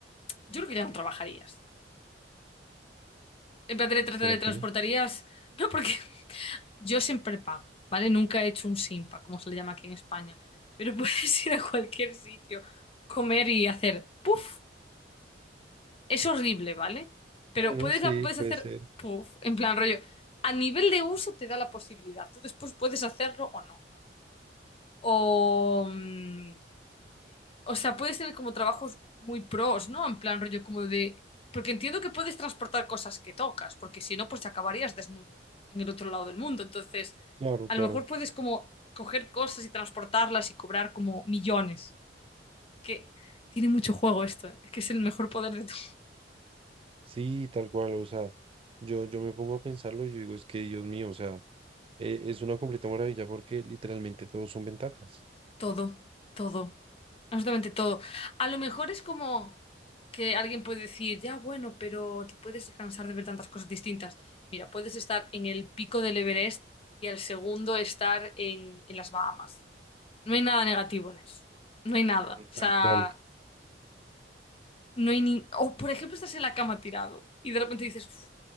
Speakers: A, on the left; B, on the right.
A: yo creo que ya no trabajarías. En plan, te te
B: ¿será
A: te
B: que
A: transportarías.
B: no?
A: No, porque <laughs> yo siempre pago, ¿vale? Nunca he hecho un simpa, como se le llama aquí en España. Pero puedes <laughs> ir a cualquier sitio, comer y hacer puff. Es horrible, ¿vale? Pero
B: Bueno,
A: puedes,
B: sí,
A: puedes
B: puede
A: hacer,
B: ser.
A: puff, en plan rollo, a nivel de uso te da la posibilidad. Tú después puedes hacerlo o no. O, mm, o sea, puedes tener como trabajos muy pros, ¿no? En plan rollo como de... Porque entiendo que puedes transportar cosas que tocas, porque si no, pues te acabarías desnudo en el otro lado del mundo. Entonces,
B: Claro,
A: a
B: claro.
A: lo mejor puedes como coger cosas y transportarlas y cobrar como millones. Que tiene mucho juego esto, ¿eh? Es que es el mejor poder de tu
B: Sí, tal cual. O sea, yo, yo me pongo a pensarlo y yo digo, es que Dios mío, o sea, eh, es una completa maravilla porque literalmente todos son ventajas.
A: Todo, todo, absolutamente todo. A lo mejor es como que alguien puede decir, ya bueno, pero te puedes cansar de ver tantas cosas distintas. Mira, puedes estar en el pico del Everest y al segundo estar en, en las Bahamas. No hay nada negativo en eso. No hay nada. O sea,
B: Tal cual.
A: no hay ni... O por ejemplo, estás en la cama tirado y de repente dices, "Uf,